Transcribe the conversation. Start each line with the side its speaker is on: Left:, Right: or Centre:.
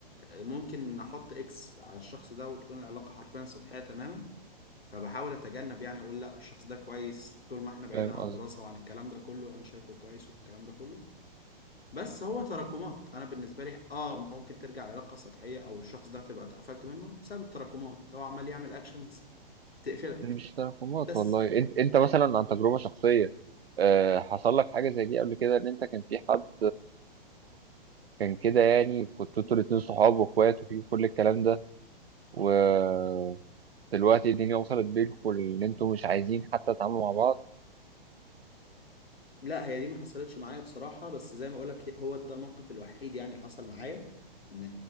Left: ممكن نحط اكس على الشخص ده وتكون العلاقة حرفيا سطحية تماما فبحاول اتجنب يعني اقول لا الشخص ده كويس طول ما احنا بعيدا
Right: فاهم
Left: عن
Right: قصدك
Left: الدراسة وعن الكلام ده كله انا شايفه كويس والكلام ده كله بس هو تراكمات انا بالنسبة لي اه ممكن ترجع علاقة سطحية او الشخص ده تبقى اتقفلت منه بسبب التراكمات هو عمال يعمل اكشنز تقفلك
Right: مش تراكمات
Left: بس
Right: والله انت انت مثلا عن تجربة شخصية آه، حصل لك حاجة زي دي قبل كده ان انت كان في حد كان كده يعني كنتوا انتوا الاتنين صحاب واخوات وفي كل الكلام ده ودلوقتي الدنيا وصلت بينكم ان انتوا مش عايزين حتى تتعاملوا مع بعض
Left: لا هي دي ما حصلتش معايا بصراحة بس زي ما اقولك هو ده الموقف الوحيد يعني اللي حصل معايا ان